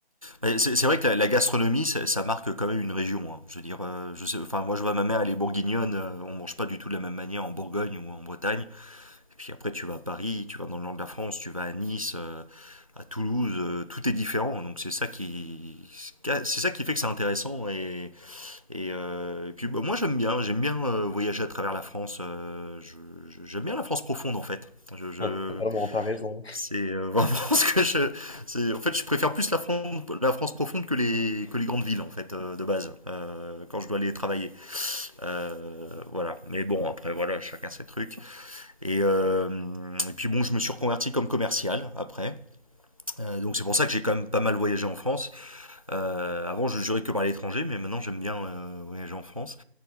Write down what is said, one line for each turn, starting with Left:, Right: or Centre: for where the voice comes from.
Right: Mais C'est c'est vrai que la, la gastronomie, ça, ça, marque quand même une région. Hein. Je veux dire, euh, je sais, enfin moi je vois ma mère, elle est bourguignonne. euh, on mange pas du tout de la même manière en Bourgogne ou en Bretagne Et puis après, tu vas à Paris, tu vas dans le nord de la France, tu vas à Nice, euh, à Toulouse, euh, tout est différent. Donc c'est ça qui, c'est ça qui fait que c'est intéressant. Et, et, euh, et puis bah, moi j'aime bien, j'aime bien euh, voyager à travers la France. euh, je- je- j'aime bien la France profonde en fait. Je, je-
Left: Ouais, totalement, t'as raison.
Right: c'est euh, vraiment <laughs> ce que je, c'est, en fait je préfère plus la France, la France profonde que les, que les grandes villes en fait euh, de base euh, quand je dois aller travailler. Euh, voilà. Mais bon après voilà, chacun ses trucs. Et, euh, et puis bon, je me suis reconverti comme commercial après. Euh, donc c'est pour ça que j'ai quand même pas mal voyagé en France. Euh, avant, je jurais que par l'étranger, mais maintenant j'aime bien euh, voyager en France.